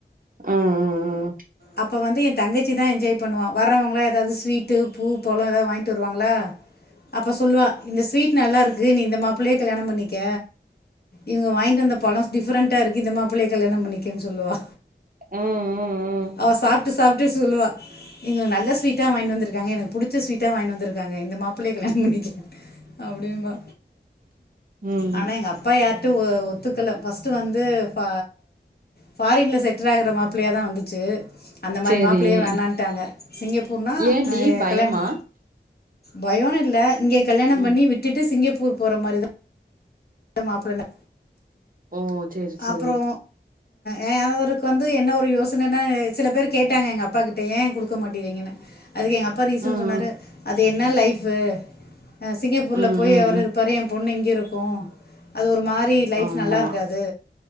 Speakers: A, on the right; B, on the left.
A: ஆ ம் ம்
B: அப்போ வந்து ஏ தங்கச்சிதா என்ஜாய் பண்ணுவா வரவங்கல்லா எதாது ஸ்வீட்டு பூ பழோ எதாது வாங்கிட்டு வருவாங்ளா அப்ப சொல்லுவா இந்த ஸ்வீட் நல்லா இருக்கு நீ இந்த மாப்பிளையே கல்யாணம் பண்ணிக்க இவங்க வாங்கிட்டு வந்த பழோ டிஃப்ரெண்டா இருக்கு இந்த மாப்பிள்ளைய கல்யாணோ பண்ணிக்கோன்னு சொல்லுவா
A: ம் ம் ம்
B: அவ சாப்ட்டு சாப்ட்டு சொல்லுவா இவுங்க நல்ல ஸ்வீட்டா வாங்கினு வந்துருக்காங்க எனக்கு புடிச்ச ஸ்வீட்டா வாங்கினு வந்துருக்காங்க இந்த மாப்பிள்ளைய கல்யாணோ பண்ணிக்க அப்டிம்பா
A: ம்
B: ஆனா எங்க அப்பா யார்டயு ஒ ஒத்துக்கல ஃபஸ்ர்ட்டு வந்து ப ஃபாரின்ல செட்டில் ஆகற மாப்பிளையாதா வந்துச்சு அந்த மாரி
A: சேரி
B: மாப்பிள்ளையே வேணான்டாங்க சிங்கப்பூர்னா
A: ஏன்டி
B: ஆ
A: பயமா
B: கல்யாண பயோன்னு இல்ல இங்க கல்யாணம்
A: ம்
B: பண்ணி விட்டுட்டு சிங்கப்பூர் போற மாரிதா மாப்பிளனா
A: ஓ சேரி சேரி
B: அப்றோ ஆ அவருக்கு வந்து என்ன ஒரு யோசனன்னா சில பேர் கேட்டாங்க எங்க அப்பாகிட்ட ஏயே குடுக் குடுக்க மாட்டிகிறீங்கன்னு அதுக்கு எங்க அப்பா ரீசன்
A: ம்
B: சொன்னாரு
A: ம்
B: அது என்னா லைஃப் அ சிங்கப்பூர்ல
A: ம்
B: போய்
A: ம்
B: அவரு
A: ம்
B: இருப்பாரு ஏ பொண்ணு இங்க இருக்கு அது ஒரு மாரி லைஃப்
A: ஆமா
B: நல்லா இருக்காது